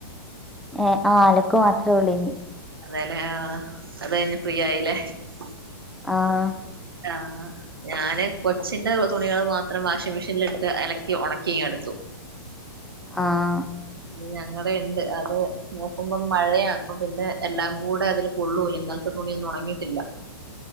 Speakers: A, in the centre; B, on the right.
A: ഏ ആ അലക്ക് മാത്ര ള്ളൂ നി.
B: അതേലേ ആഹ് അത് കയി ഞ്ഞ ഫ്രീ ആയിലേ. ഹ്
A: ആഹ്.
B: ആ ഹ്. ഞാന് കൊച്ചിന്റെ തുണികൾ മാത്രം വാഷിംഗ് മെഷീനിലിട്ട് അലക്കി ഉണക്കി ങ്ങെടുത്തു.
A: <inaudible> ആഹ്.
B: ഉം ഞങ്ങളടെയ്ണ്ട് അത് നോക്കുമ്പം മഴയാ. അപ്പ പിന്നെ എല്ലാ കൂടെ അതില്. കൊള്ളൂല. ഇന്നലെത്തെ തുണിയൊന്നും ഒണങ്ങീട്ടില്ല.